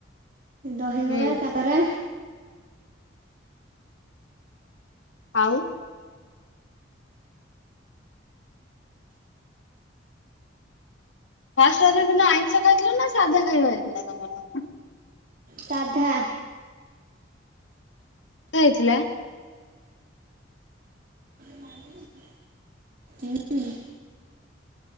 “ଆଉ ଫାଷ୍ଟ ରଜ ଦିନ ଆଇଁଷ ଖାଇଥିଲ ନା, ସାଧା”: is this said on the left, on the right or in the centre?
Left